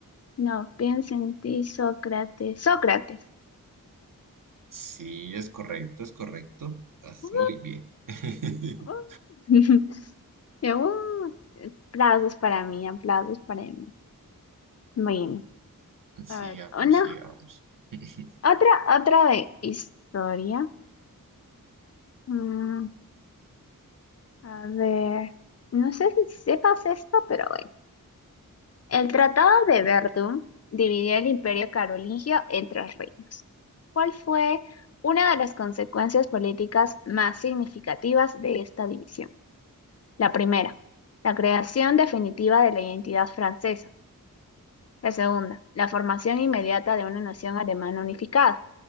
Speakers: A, on the left; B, on the right.
A: No, piensa en ti, Sócrates. Sócrates.
B: Sí, es correcto, es correcto. Estás
A: Uh,
B: muy bien. <laughs>
A: uh. <laughs> Yo, uh, Aplausos para mí, aplausos para mí. Bueno,
B: Sigamos,
A: a ver, una,
B: sigamos. <laughs>
A: otra, otra de historia. Mm, a ver, no sé si sepas esto, pero bueno. El Tratado de Verdún dividió el Imperio carolingio en tres reinos, cuál fue una de las consecuencias políticas más significativas de esta división. La primera, la creación definitiva de la identidad francesa. La segunda, la formación inmediata de una nación alemana unificada.